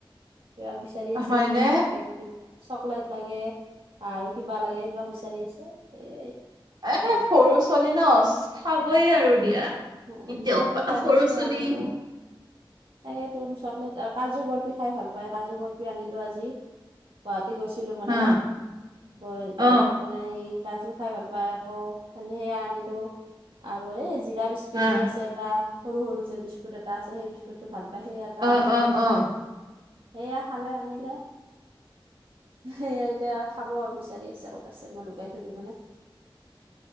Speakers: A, on the right; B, on the right.
A: কিবা বিচাৰি আছে
B: হয়নে?
A: <unintelligible> চকলেট লাগে আৰু কিবা লাগে এইবিলাক বিচাৰি আছে সেয়ে।
B: এ সৰু ছোৱালী ন' খাবইে আৰু দিয়া।
A: উম,
B: এতিয়া
A: চকলেট
B: উপ
A: আনিছোঁ
B: সৰু ছোৱালী
A: আনিলোঁ তাকেতো চকলেট, কাজু বৰফি খাই ভাল পায় কাজু বৰফি আনিলোঁ আজি পোৱাত <unintelligible> গৈছিলোঁ মানে,
B: হা
A: গৈ
B: অ
A: যাওঁতে মানে সি কাজু খাই ভাল পায় আকৌ সেনে সেয়া আনিলোঁ আৰু এই জিৰা বি <unintelligible> আছে
B: হা
A: এটা সৰু সৰু যে বিস্কুট এটা আছে সেই বিস্কুটো ভাল <unintelligible> সেই এটা
B: অ
A: আনিলোঁ,
B: অ অ
A: সেয়া খালে আনিলে। সেয়া এতিয়া খাব আৰু বিচাৰি আছে ক'ত আছে মই লুকাই থৈ দিওঁ মানে। <inaudible>